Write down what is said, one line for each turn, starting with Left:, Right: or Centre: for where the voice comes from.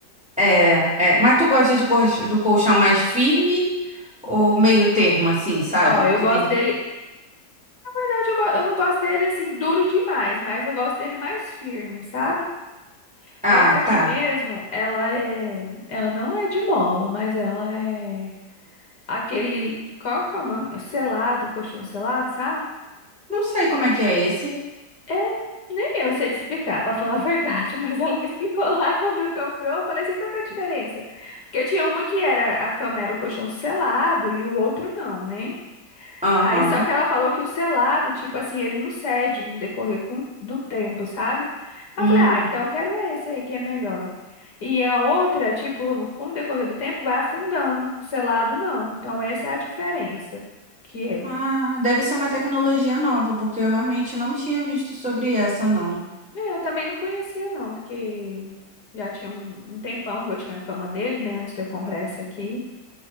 Centre: é, é. Mas tu gosta de colch- do colchão mais firme ou meio termo, assim, sabe?
Left: Ó, eu
Centre: Porque
Left: gosto
Centre: tem.
Left: dele, Na verdade, eu, go- eu não gosto dele assim duro demais, mas eu gosto dele mais firme, sabe?
Centre: Ah,
Left: Essa aqui
Centre: tá.
Left: mesmo, ela é, ela não é de mola, mas ela é aquele, qual que é o nome? Selado, colchão selado, sabe?
Centre: Não sei como é que é esse.
Left: É um- nem eu sei te explicar, pra falar a verdade, <laughs> mas ela me explicou lá quando comprou, eu falei assim, qual que é a diferença? Porque tinha uma que era a cama era o colchão selado e o outro não, né?
Centre: Aham.
Left: Aí só que ela falou que o selado, tipo assim, ele não cede no decorrer com- de um tempo, sabe? Aí
Centre: Hum.
Left: eu falei, ah, então eu quero esse aí que é melhor. E a outra, tipo, com o decorrer do tempo vai afundando, o selado não. Então essa é a diferença que é.
Centre: Ah, deve ser uma tecnologia nova, porque eu realmente não tinha visto sobre essa, não.
Left: É, Eu também não conhecia não, porque já tinha um, um tempão que eu tinha a cama dele, né, antes de eu comprar essa aqui.